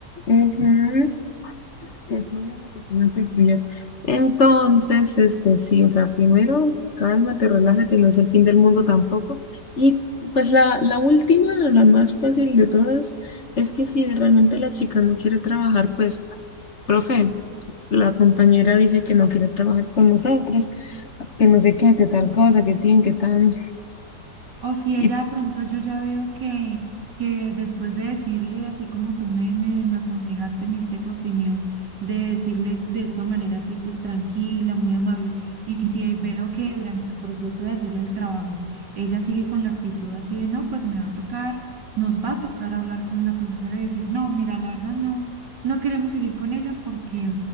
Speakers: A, on the left (about 45°); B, on the right (about 80°).
A: Ujú, Que fluya lo que tenga que fluyas. Entonces, este sí, o sea, primero cálmate, relájate, no es el fin del mundo tampoco. Y pues la, la última, la más fácil de todas, es que si realmente la chica no quiere trabajar, pues, profe, la compañera dice que no quiere trabajar con nosotros, que no sé qué, que tal cosa, que tin, que tan.
B: O si ella
A: Y
B: de pronto yo ya veo que, que después de decirle, así como tú me, me, me aconsejaste, me diste tu opinión, de decirle de esta manera así, pues tranquila, muy amable, y si veo que durante el proceso de hacerle el trabajo, ella sigue con la actitud así de, no, pues me va a tocar, nos va a tocar hablar con la profesora y decir, no, mira, la verdad no, no queremos seguir con ella porque...